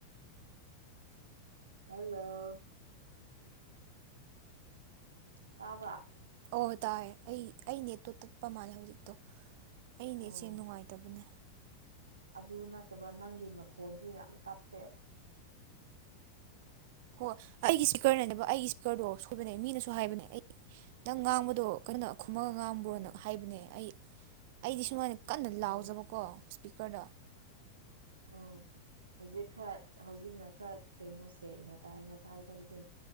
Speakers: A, on the right (about 75°); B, on the right (about 50°).
A: ꯍꯜꯂꯣ ꯇꯥꯕ꯭ꯔ
B: ꯑꯣ ꯇꯥꯔꯦ ꯑꯩ ꯑꯩꯅꯦꯠꯇꯣ ꯇꯠꯄ ꯃꯥꯜꯂꯦ ꯍꯧꯖꯤꯛꯇꯣ ꯑꯩꯅꯦ
A: ꯎꯝ
B: ꯏꯆꯦ ꯅꯨꯡꯉꯥꯏꯇꯕꯅꯦ
A: ꯑꯗꯨ ꯅꯠꯇꯕ ꯅꯪꯒꯤ ꯅꯈꯣꯟꯜꯁꯨ ꯌꯥꯝ ꯇꯞꯄꯦ
B: ꯍꯣꯏ ꯑꯩꯒꯤ ꯏꯁꯄꯤꯀꯔꯅꯅꯦꯕ ꯑꯩꯒꯤ ꯏꯁꯄꯤꯀꯔꯗꯣ ꯁꯣꯏꯕꯅꯦ ꯃꯤꯅꯁꯨ ꯍꯥꯏꯕꯅꯦ ꯑꯩ ꯅꯪ ꯉꯥꯡꯕꯗꯣ ꯀꯩꯅꯣ ꯈꯨꯃꯪ ꯉꯥꯡꯕ꯭ꯔꯣꯅ
A: ꯎꯝ
B: ꯍꯥꯏꯕꯅꯦ ꯑꯩ ꯑꯩꯗꯤ ꯁꯨꯃꯥꯏꯅ ꯀꯟꯅ
A: ꯎꯝ
B: ꯂꯥꯎꯖꯕꯀꯣ ꯄꯤꯀꯔ
A: ꯎ ꯍꯧꯖꯤꯛ ꯈꯔ ꯍꯧꯖꯤꯛꯅ ꯈꯔ ꯀꯩꯅꯣ ꯁꯦꯡꯅ ꯇꯥꯏ ꯉꯁꯥꯏꯈꯩꯗꯨ